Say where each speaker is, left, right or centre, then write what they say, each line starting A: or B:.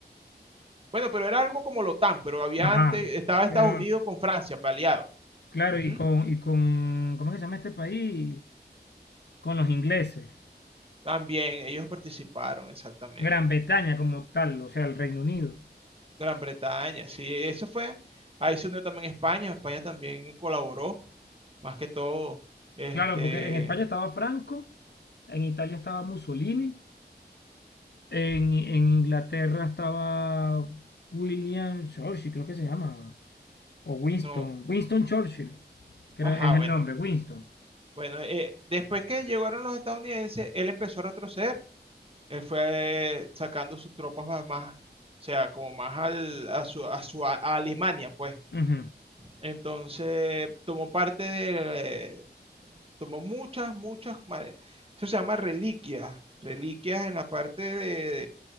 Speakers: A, on the right; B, on the left.
A: Bueno, pero era algo como la OTAN, pero había
B: Ajá.
A: antes, estaba Estados
B: Pero
A: Unidos con Francia, pa- aliado.
B: Claro,
A: Ujú.
B: y con, y con, ¿cómo es que se llama este país? Con los ingleses.
A: También ellos participaron, exactamente.
B: Gran Bretaña como tal, o sea, el Reino Unido.
A: Gran Bretaña, sí, eso fue. Ahí se unió también España, España también colaboró, más que todo, este,
B: Claro, porque en España estaba Franco, en Italia estaba Mussolini, en, en Inglaterra estaba William Churchill, creo que se llama, o Winston,
A: no,
B: Winston Churchill, que
A: ajá,
B: era- es el
A: bueno,
B: nombre, Winston.
A: Bueno, eh, después que llegaron los estadounidenses, él empezó a retroceder. Él fue sacando sus tropas más, más, o sea, como más al, a su, a su- a Alemania, pues.
B: Ujú.
A: Entonces, tomó parte de, eh, tomó muchas, muchas, ma- eso se llama reliquias, reliquias en la parte de,